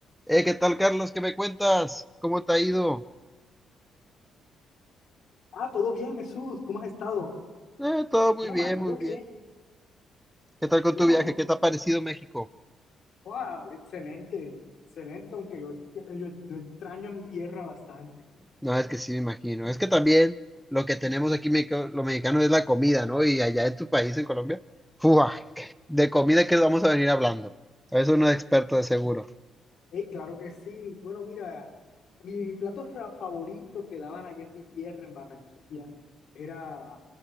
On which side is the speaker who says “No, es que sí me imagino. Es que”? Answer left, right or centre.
Centre